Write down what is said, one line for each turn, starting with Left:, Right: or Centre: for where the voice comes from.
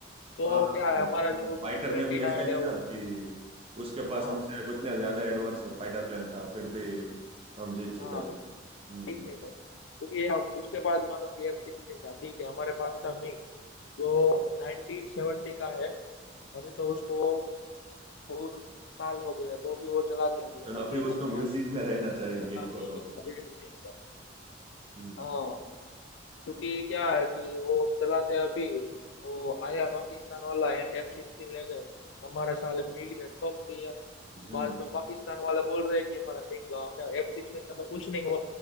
Left: तो
Right: हाँ
Left: क्या
Right: वो,
Left: है हमारा
Right: वो
Left: जो
Right: फाइटर
Left: ट्वेंटी
Right: में भी
Left: नाइन
Right: ऐसा ही है
Left: है
Right: ना
Left: वो
Right: कि उसके पास
Left: हाँ
Right: हमसे कुछ ना ज्यादा एडवांस फाइटर प्लेन था फिर भी हम जीत चुके
Left: हाँ
Right: थे हम्म हम्म।
Left: ठीक नहीं पाए क्योंकि हम उसके बाद मानो कि एफ सिक्सटीन था ठीक है हमारे पास था मिग जो नाइनटीन सेवेंटी का है अभी तो उसको बहुत साल हो गया तो भी वो चलाते हैं हम लोग क्योंकि
Right: अभी
Left: हमारे
Right: उसको
Left: पास
Right: म्यूजिक में रहना चाहिए
Left: पता
Right: मिक
Left: नहीं
Right: को तो
Left: बजट नहीं होता
Right: हम्म
Left: हाँ क्योंकि क्या है कि वो चलाते हैं अभी वो आया पाकिस्तान वाला एफ सिक्सटीन लेने हमारे साले मिग ने ठोक दिया
Right: हम्म
Left: बाद में पाकिस्तान वाले बोल रहे हैं कि हमारा मिग गाँव का एफ सिक्सटीन का तो कुछ नहीं हुआ